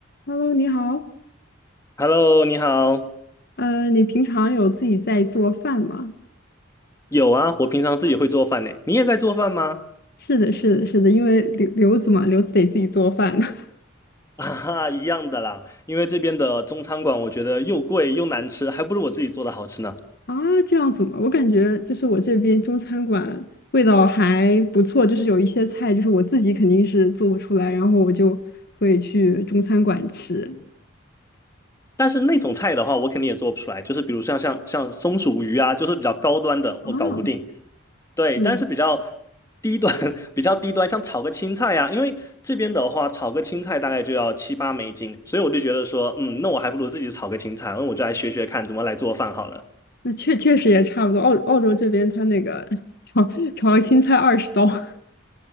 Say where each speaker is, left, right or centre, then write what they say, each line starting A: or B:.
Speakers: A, on the left (about 50°); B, on the left (about 15°).
A: Hello，你好。
B: Hello，你好。
A: 呃，你平常有自己在做饭吗？
B: 有啊，我平常自己会做饭呢。你也在做饭吗？
A: 是的，是的，是的，因为留留子嘛，留子得自己做饭 <laughs>
B: <laughs> 啊哈，一样的啦。因为这边的中餐馆，我觉得又贵又难吃，还不如我自己做的好吃呢。
A: 啊，这样子嘛。我感觉就是我这边中餐馆味道还不错，就是有一些菜就是我自己肯定是做不出来，然后我就会去中餐馆吃。
B: 但是那种菜的话，我肯定也做不出来。就是比如像像像松鼠鱼啊，就是比较高端的，
A: 啊，
B: 我搞不定。对，
A: 嗯，
B: 但是比较低端，<laughs> 比较低端，像炒个青菜呀、因为这边的话，炒个青菜大概就要七八美金，所以我就觉得说，嗯，那我还不如自己炒个青菜，那我就来学学看怎么来做饭好了。
A: 那确确实也差不多。澳澳洲这边它那个 <laughs> 炒炒个青菜二十刀。<laughs>